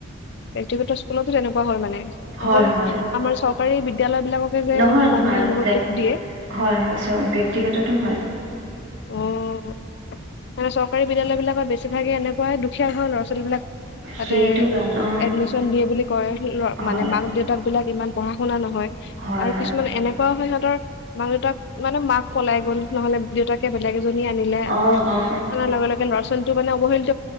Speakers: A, on the left (about 60°); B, on the right (about 65°).
A: ব্যক্তিগত স্কুলতো তেনেকুৱা হয় মানে।
B: হয়
A: অকল
B: হয়
A: আমাৰ চৰকাৰী বিদ্যালয় বিলাককে যে
B: নহয় নহয়
A: মানুহে বহুত
B: লাইক
A: দুখ দিয়ে,
B: হয় হয় চ ব্যক্তিগততো হয়
A: অ', মানে চৰকাৰী বিদ্যালয় বিলাকত বেছিভাগে এনেকুৱাই দুখীয়া ঘৰৰ ল'ৰা ছোৱালী বিলাক, তাতে
B: সেইটো কাৰণে অ
A: এডমিচন দিয়ে বুলি কয়
B: হয়
A: মানে মাক- -দেউতাক বিলাক ইমান, পঢ়া -শুনা নহ', হয়',
B: হয়
A: আৰু
B: হয়
A: কিছুমান এনেকুৱাও হয়, - মাক- দেউতাক মানে মাক পলাই গ'ল নহলে দেউতাক, এ', বেলেগ ইজনী আনিলে আকৌ
B: অ অ
A: আনাৰ লগে- লগে ল'ৰা- ছোৱা, <unintelligible>